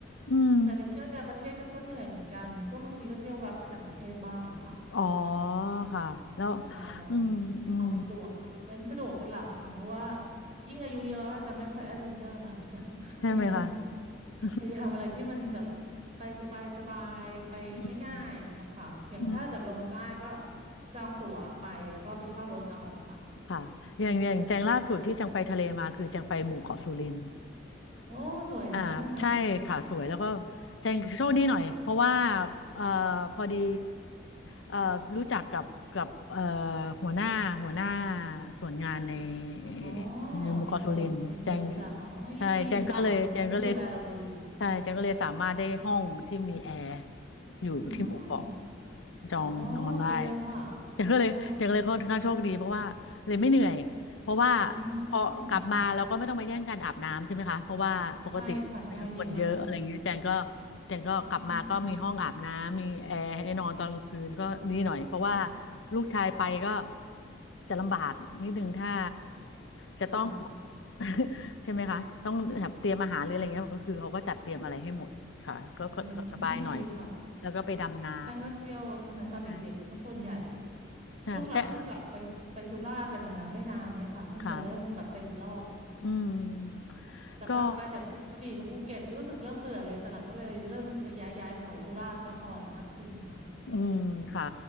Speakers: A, on the left (about 85°); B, on the right (about 40°).
A: อืม
B: แต่เดี๋ยวเที่ยวในประเทศก็ก็เหนื่อยเหมือนกันก็บางทีก็เที่ยวแวับไปต่างประเทศบ้างอะค่ะ
A: อ๋อค่ะแล้ว
B: ประมาณนั้น
A: อืมอืม
B: เอาสะดวกเราเน้นสะดวกเป็นหลักค่ะเพราะว่ายิ่งอายุเยอะอาจจะไม่ค่อยแอดเวนเจอร์เราจะ <laughs>
A: ใช่ไหมคะ
B: พยายาม <laughs>
A: <laughs>
B: พยายามอะไรที่มันแบบไปสบายสบายไป
A: อืม
B: ง่ายๆอย่างเงี้ยค่ะอย่างถ้าเกิดลงใต้ก็
A: อืม
B: จองตั๋วไปแล้วก็ไปเช่ารถเอาอะค่ะ
A: ค่ะอย่างอย่างแจงล่าสุดที่จังไปทะเลมาคือจังไปหมู่เกาะสุรินทร์
B: โอ้สวยนะคะตรงนั้น
A: อ่าใช่ค่ะสวยแล้วก็แจงโชคดีหน่อยเพราะว่าเอ่อพอดีเอ่อรู้จักกับกับเอ่อหัวหน้าหัวหน้าส่วนงานในเอ่อ
B: อ๋อ
A: หมู่เกาะสุรินทร์แจง
B: มีคนมีคนรู้จักอ๋อยิ่งดีค่ะดูเขาจะดูแลเราดี
A: ใช่แจงก็เลยแจงก็เลยใช่แจงก็เลยสามารถได้ห้องที่มีแอร์อยู่ที่หมู่เกาะ
B: อืมอ๋อ
A: จองนอนได้
B: ดีเลยค่ะ
A: แจงก็เลยแจงก็เลยค่อนข้างโชคดีเพราะว่าเลยไม่เหนื่อย
B: อ๋อ
A: เพราะว่า
B: อืมอืม
A: พอกลับมาเราก็ไม่ต้องมาแย่งกันอาบน้ำใช่ไหมคะเพราะว่าปกติมีคนเยอะอะไรอย่างเงี้ยแจงก็
B: ใช่ค่ะใช่ดีมาก
A: แจงก็กลับมาก็มีห้องอาบน้ำมีแอร์ให้นอนตอนกลางคืนก็ดีหน่อยเพราะว่า
B: อืมอืม
A: ลูกชายไปก็จะลำบากนิดนึงถ้าจะต้อง
B: ค่ะ
A: <laughs> ใช่ไหมคะต้องแบบเตรียมอาหารหรืออะไรเงี้ยก็คือเขาก็จัดเตรียมอะไรให้หมดค่ะก็ก็สบายหน่อย
B: อืมดีค่ะ
A: แล้วก็ไปดำน้
B: แป้งก็เที่ยวทั้งนั้นตอนเด็กๆซะส่วนใหญ่
A: ำใช่ค่ะแจง
B: ช่วงหลังเพิ่งกลับไปไปสุราษฎร์ไปแถวนั้นไม่นานเนี่ยค่ะเพิ่งจะเริ่มกลับไปอีกรอบ
A: ค่ะอืม
B: หลักๆไปแต่พวกกระบี่กับภูเก็ตก็รู้สึกเริ่มเบื่อเลยตอนหลังก็เลยเริ่มจะย้ายย้ายไปแถวสุราษฎร์นครมากขึ้นค่ะ
A: ก็ อืมค่ะ